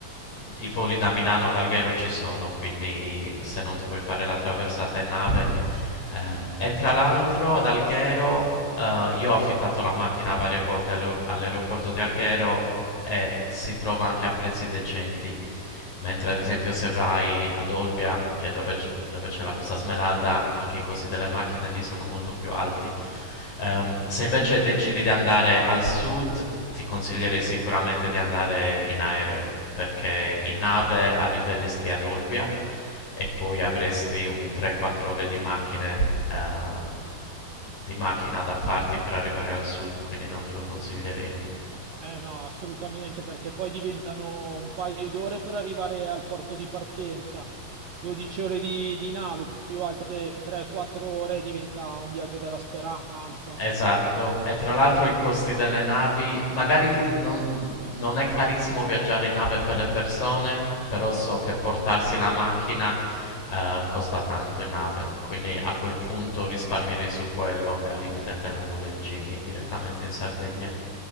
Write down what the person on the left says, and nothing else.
eh, i voli da Milano ad Alghero ci sono, quindi se non ti vuoi fare la traversata in nave. ehm, e tra l'altro ad Alghero eh, io ho affittato la macchina varie volte allo- all'aeroporto di Alghero e si trova anche a prezzi decenti. Mentre ad esempio se vai ad Olbia, che è dove, c- dove c'è la Costa Smeralda, anche i costi delle macchine lì sono molto più alti. Ehm, se invece decidi di andare al sud, ti consiglierei sicuramente di andare in aereo, perché in nave arriveresti ad Olbia e poi avresti un 3-4 ore di macchine, ehm, di macchina da farti per arrivare al sud, quindi non te lo consiglierei.
Esatto, e tra l'altro i costi delle navi, magari non, non è carissimo viaggiare in nave per le persone, però so che portarsi la macchina eh, costa tanto in nave, quindi a quel punto risparmierei su quello e al limite te la noleggi direttamente in Sardegna,